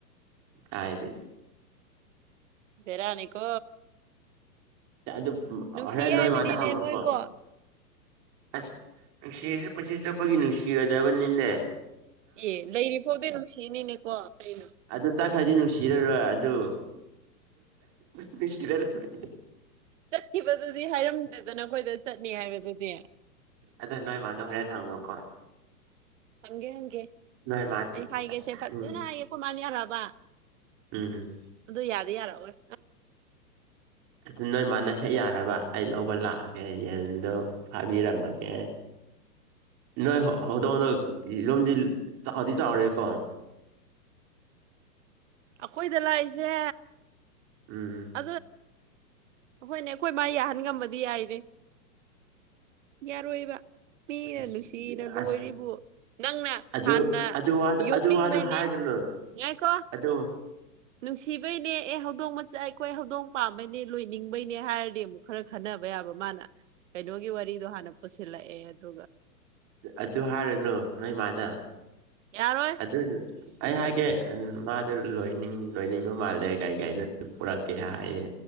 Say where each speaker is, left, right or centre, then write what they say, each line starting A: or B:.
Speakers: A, on the right; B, on the right.
A: ꯍꯥꯏꯗꯤ
B: ꯕꯤꯔꯅꯤꯀꯣ
A: ꯑꯗꯨ
B: ꯅꯨꯡꯁꯤ
A: ꯍꯣꯔꯦꯟ
B: ꯍꯥꯏꯕꯅꯤꯅꯦ
A: ꯅꯣꯏꯃꯥꯗ ꯍꯪꯉꯣꯀꯣ
B: ꯅꯣꯏꯕꯣ
A: ꯑꯁ ꯅꯨꯡꯁꯤꯔꯁ ꯄꯨꯟꯁꯤ ꯆꯨꯞꯄꯒꯤ ꯅꯨꯡꯁꯤꯒꯗꯕꯅꯤꯅꯦ
B: ꯑꯦ ꯂꯩꯔꯤ ꯐꯥꯎꯗꯤ ꯅꯨꯡꯁꯤꯅꯤꯅꯦꯀꯣ ꯀꯩꯅꯣ
A: ꯑꯗꯨ ꯆꯥꯛꯈ꯭ꯔꯗꯤ ꯅꯨꯡꯁꯤꯔꯔꯣꯏ ꯑꯗꯨ ꯅꯨꯡꯁꯤꯔꯔꯣꯏ
B: ꯆꯠꯈꯤꯕꯗꯨꯗꯤ ꯍꯥꯏꯔꯝꯗꯦꯗꯅ ꯑꯩꯈꯣꯏꯗ ꯆꯠꯅꯤ ꯍꯥꯏꯕꯗꯨꯗꯤ
A: ꯑꯗꯣ ꯅꯣꯏ ꯃꯥꯗ ꯍꯣꯔꯦꯟꯅ ꯍꯪꯉꯣꯀꯣ
B: ꯈꯪꯒꯦ ꯈꯪꯒꯦ
A: ꯅꯣꯏ ꯃꯥꯗꯤ
B: ꯑꯩ ꯍꯥꯏꯒꯦꯁꯦ
A: ꯑꯁ
B: ꯐꯖꯅ
A: ꯎꯝ
B: ꯍꯥꯏꯒꯦ ꯑꯩꯈꯣꯏ ꯃꯥꯅꯤ ꯌꯥꯔꯛꯑꯕꯥ
A: ꯎꯝ ꯎꯝ
B: ꯑꯗꯨ ꯌꯥꯗꯤ ꯌꯥꯔꯛꯑꯣꯣꯏ
A: ꯑꯗꯨ ꯅꯣꯏ ꯃꯥꯅ ꯍꯦꯛ ꯌꯥꯔꯕ ꯑꯩ ꯂꯧꯕ ꯂꯥꯛꯑꯒꯦ ꯌꯦꯟꯗꯣ ꯐꯥꯕꯤꯔꯝꯃꯒꯦ ꯅꯣꯏ
B: ꯑꯁ ꯑꯁ ꯑꯁ
A: ꯍꯧꯗꯣꯛꯗꯣꯛ
B: ꯑꯁ
A: ꯌꯣꯝꯗꯤ ꯆꯥꯎꯗꯤ ꯆꯥꯎꯔꯦꯀꯣ
B: ꯑꯩꯈꯣꯏꯗ ꯂꯥꯛꯏꯁꯦ
A: ꯎꯝꯝ
B: ꯑ ꯍꯣꯏꯅꯦ ꯑꯩꯈꯣꯏ ꯃꯥ ꯌꯥꯍꯟ ꯉꯝꯕꯗꯤ ꯌꯥꯏꯔꯦ ꯌꯥꯔꯣꯏꯕ ꯃꯤꯅ
A: ꯑꯁ
B: ꯅꯨꯡꯁꯤꯅ ꯂꯣꯏꯔꯤꯕ
A: ꯑꯁ
B: ꯅꯪꯅ
A: ꯑꯗꯨ
B: ꯍꯥꯟꯅ
A: ꯑꯗꯨ ꯋꯥꯗꯣ
B: ꯌꯣꯛꯅꯤꯡꯕꯩꯅꯤ
A: ꯑꯗꯨ ꯋꯥꯗꯣ ꯍꯥꯏꯒꯅꯨ
B: ꯉꯥꯏꯀꯣ
A: ꯑꯗꯨ
B: ꯅꯨꯡꯁꯤꯕꯩꯅꯦ ꯑꯦ ꯍꯧꯗꯣꯡ ꯃꯆꯥ ꯑꯩꯈꯣꯏ ꯍꯧꯗꯣꯡ ꯄꯥꯝꯕꯩꯅꯦ ꯂꯣꯏꯅꯤꯡꯕꯩꯅꯦ ꯍꯥꯏꯔꯗꯤ ꯑꯃꯨꯛ ꯈꯔ ꯈꯟꯅꯕ ꯌꯥꯕ ꯃꯥꯅ ꯀꯩꯅꯣꯒꯤ ꯋꯥꯔꯤꯗꯣ ꯍꯥꯟꯅ ꯄꯨꯁꯤꯜꯂꯛꯑꯦ ꯑꯗꯨꯒ
A: ꯑꯗꯨ ꯍꯥꯏꯔꯅꯨ ꯅꯣꯏꯃꯗ
B: ꯌꯥꯔꯣꯏ
A: ꯑꯆꯦ <unintelligible> ꯑꯩ ꯍꯥꯏꯒꯦ ꯃꯥꯗ ꯂꯣꯏꯅꯤꯡ ꯂꯣꯏꯅꯤꯡꯕ ꯃꯥꯜꯂꯦ ꯀꯩ ꯀꯅꯣ ꯄꯨꯔꯛꯀꯦ ꯍꯥꯏꯌꯦ